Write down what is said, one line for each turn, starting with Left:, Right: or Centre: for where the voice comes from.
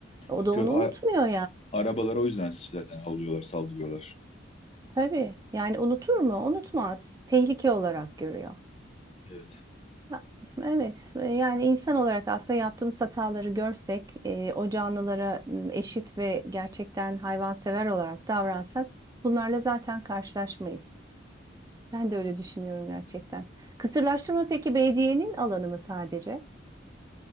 Right: O
Left: O
Right: da
Left: kö
Right: onu
Left: a-
Right: unutmuyor
Left: arabalara o yüzden zaten alıyorlar, saldırıyorlar.
Right: Tabii yani unutur mu? Unutmaz. Tehlike olarak görüyor.
Left: Evet.
Right: Ha, Evet yani insan olarak aslında yaptığımız hataları görsek e, o canlılara m, eşit ve gerçekten hayvansever olarak davransak bunlarla zaten karşılaşmayız. Ben de öyle düşünüyorum gerçekten. Kısırlaştırma peki belediyenin alanı mı sadece?